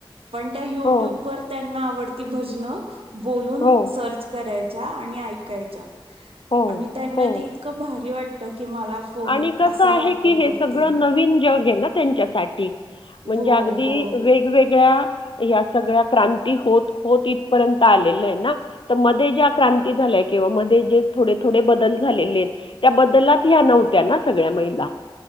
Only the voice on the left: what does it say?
हो,
हो,
हो,
हो.
आणि कस
आहे
की हे
सगळं नवीन जग हे ना त्यांच्यासाठी म्हणजे
आगदी
वेगवेगळ्या ह्या सगळ्या क्रांती होत होत इथपर्यंत आलेल हे ना त मध्ये ज्या क्रांती झाल्या किंव्हा मध्ये जे थोडे थोडे बदल झालेले हेत त्या बदलात ह्या नव्हं त्या ना सगळ्या महिला